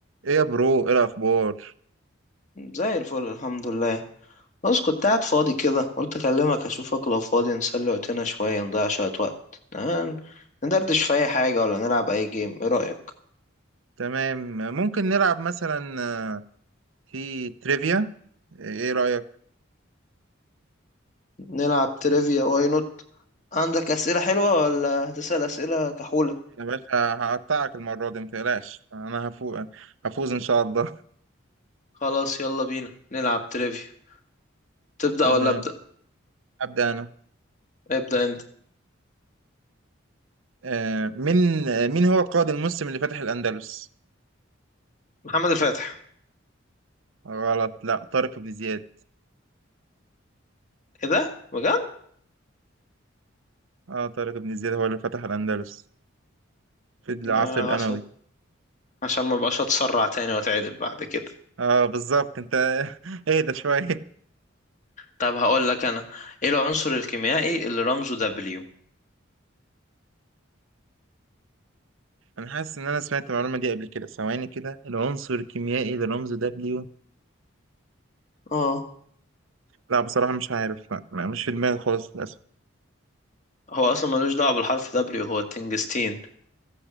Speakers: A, on the right (about 75°); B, on the left (about 35°).
A: ايه يا برو ايه الاخبار
B: زي الفل الحمد لله بس كنت قاعد فاضي كده قلت اكلمك اشوفك لو فاضي نسلي وقتنا شوية نضيع شوية وقت نعم ندردش في اي حاجة ولا نلعب اي جيم ايه رأيك
A: تمام ممكن نلعب مثلا آه، في تريفيا ايه رايك
B: نلعب تريفيا واي نوت عندك اسئلة حلوة ولا هتسأل اسئلة كحولة
A: يا باشا هقطعك المره دي متقلقش انا هفوز هفوز ان شاء الله
B: خلاص يلا بينا نلعب تريفيا
A: <laughs>
B: تبدأ
A: تمام
B: ولا أبدأ
A: ابدا انا
B: ابدأ انت
A: آه، مين آه، مين هو القائد المسلم اللي فتح الاندلس
B: محمد الفاتح
A: غلط لا طارق بن زياد
B: ايه ده بجد
A: اه طارق بن زياد هو اللي فتح الاندلس في العصر
B: آه،
A: الاموي
B: عشان عشان ما بقاش اتسرع تاني واتعدل بعد كده
A: اه بالظبط انت <laughs> اهدى شويه
B: طب هقول لك انا ايه العنصر الكيميائي اللي رمزه دبليو
A: انا حاسس ان انا سمعت المعلومه دي قبل كده ثواني كده العنصر الكيميائي للرمز W
B: اه
A: لا بصراحة مش عارف لا لا، مش في دماغي خالص للأسف
B: هو اصلا ملوش دعوه بالحرف دبليو هو التنجستين